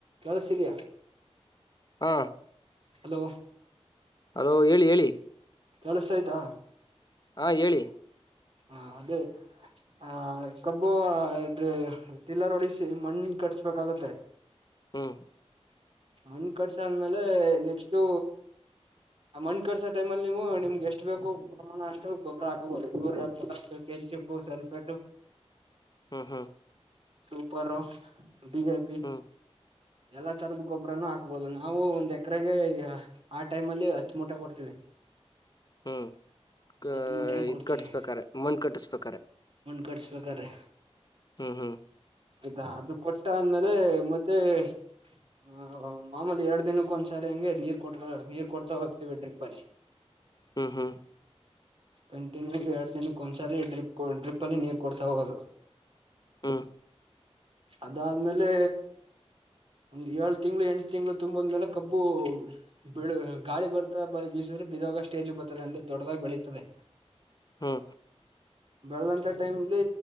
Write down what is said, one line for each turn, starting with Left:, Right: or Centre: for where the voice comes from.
Right: ನಳ ಸಿಯಾ
Left: ಹಾ
Right: ಹಲೋ
Left: ಹ ಹೇಳಿ ಹೇಳಿ
Right: ಕೇಳಷ್ಟ ಆಯ್ತಾ
Left: ಹಾ ಹೇಳಿ
Right: ಹಾ ಅದೇ ಆ ಕಬ್ಬು ಎಡ ತಿಲ್ಲರ ಒಡಿಸಿ ಮಂ ಕಟ್ಸ್ಬೇಕಾಗತ್ತೆ
Left: ಹ್ಮ್
Right: ಮುಂದ್ ಕಡ್ಸಾದ್ಮೇಲೆ ನೆಕ್ಸ್ಟು ಆ ಮಣ್ ಕಳಸೋ ಟೈಮ ಅಲ್ಲಿ ನೀವು ನಿಮ್ಗೆ ಎಷ್ಟ ಬೇಕು ಪ್ರಮಾಣ ಅಷ್ಟು ಗೊಬರ ಹಾಕ್ಬಹದು ಇವ್ರ ಮು ಕೆಂಚುಕ್ಕೂ ಸವಲ್ಪಟ್ಟು
Left: ಹ್ಮ್ ಹ್ಮ್
Right: ಸೂಪರ ಬಿಜೆಪಿ
Left: ಹ್ಮ್
Right: ಎಲ್ಲಾ ತರದ ಗೊಬ್ಬರನು ಹಾಕ್ಬೋದು ನಾವು ಒಂದ್ ಎಕರೆಗೆ ಆ ಟೈಮ್ ಅಲ್ಲಿ ಹಚ್ಚಮಟೆ ಕೊಡ್ತೀವಿ
Left: ಹ್ಮ್
Right: ಹತ್ತು
Left: ಅ
Right: ಮೂಟೆ ಹೆಂಗ್
Left: ಇದ್
Right: ಕೊಡ್ತೀವಿ
Left: ಕಟ್ಸ್ಬೇಕಾರೆ ಮಣ ಕಟ್ಟಸ್ಬೇಕಾರೆ
Right: ಕಟ್ಸ್ಬೇಕ್ರೆ
Left: ಹ್ಮ್ ಹ್ಮ್
Right: ಆಯ್ತಾ ಅದು ಕೊಟ್ಟ ಅಂದ್ಮೇಲೆ ಮತ್ತೆ ಹ ಮಾಮೂಲಿ ಎರಡ್ ದಿನಕ್ಕ ಒಂದ್ಸರಿ ಹಂಗೆ ನೀರ್ ಕೊ ನೀರ್ ಕೊಡ್ತಾ ಹೋಗ್ತೀವಿ ಡ್ರಿಪ್ ಅಲ್ಲಿ
Left: ಹ್ಮ್ ಹ್ಮ್
Right: ಕಂಟೀನ್ಯೂರ್ಗೆ ಎರಡು ದಿನಕ್ಕೊಂದ್ಸರಿ ಡ್ರಿಪ್ ಡ್ರಿಪ್ಲ್ಲಿ ನೀರು ಕೊಡ್ಸಾ ಹೋಗೋದು
Left: ಹಾ
Right: ಅದಾದ್ಮೇಲೆ ಒಂದ್ ಏಳು ತಿಂಗ್ಳ ಎಂಟು ತಿಂಗ್ಳ ತುಂಬದ್ಮೇಲೆ ಕಬ್ಬು ಬಿಳ ಗಾಳಿ ಬರ್ತಾ ಬ ಬೀಸ್ರ ಬಿದಾಗ ಸ್ಟೇಜ್ ಬರ್ತ್ತದೆ ಅಂದ್ರ ದೊಡ್ಡದಾಗ ಬೆಳೀತದೆ
Left: ಹ್ಮ
Right: ಬೆಳೆದಂತ ಟೈಮ್ಲ್ಲಿ